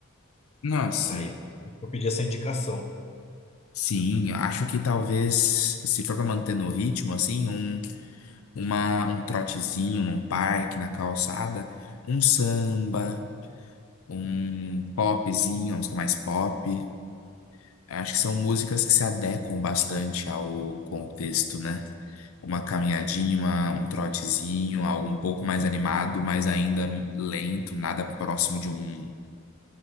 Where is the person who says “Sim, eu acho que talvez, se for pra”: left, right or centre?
Left